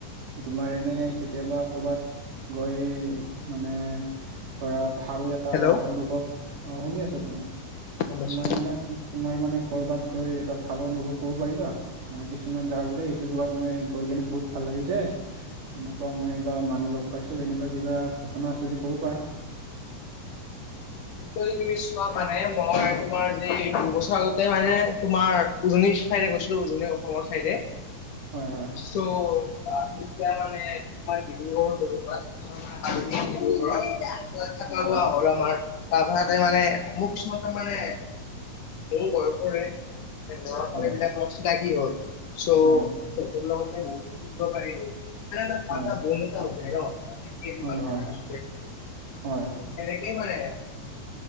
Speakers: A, on the right (about 70°); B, on the left (about 70°).
A: তোমাৰ এনে কেতিয়াবা ক'ৰবাত গৈ মানে, ধৰা ভাল এটা
B: হেল্ল' অ
A: অনুভৱ অ শুনি আছোঁ ক
B: গম পাইছো।
A: তোমাৰ মানে। তোমাৰ মানে কৰবাত গৈ এটা ভাল অনুভৱ। ক'ব পাৰিবা মানে কিছুমান জেগাত গলে এইটো জেগাত মই গৈ কিনে বহুত ভাল লাগিছে। তেনেকুৱা মই বা মানুহ লগ পাইছোঁ এনেকুৱা কিবা ঘটনা আছে যদি ক'ব পাৰা।
B: গৈ কিনে চোৱা মানে মই তোমাৰ যি দুবছৰ আগতে মানে তোমাৰ, উজনিৰ চাইডে গৈছিলো উজনি অসমৰ চাইডে।
A: হয় হয়।
B: চ' এতিয়া মানে তোমাৰ ডিব্ৰুগড়ত দদৌ ঘৰ আছে। <unintelligible> আৰু খোৱা থকা শোৱা
A: হয়
B: হ'ল আমাৰ। তাৰ পিছতে মানে মোক কিছুমান তাৰ মানে মোৰ বয়সৰে। মানে ল'ৰা ছোৱালীবিলাকৰ
A: হয়
B: <unintelligible> কি হ'ল চ',
A: হয়
B: লগতে বুব পাৰ মানটা ফটা
A: হয়
B: বন্টা হৈ যায় ন মানে। কেইদিনমান
A: হয়
B: থকাৰ
A: হয় হয়
B: পিছতে
A: হয়।
B: চ' এনেকেই কৰে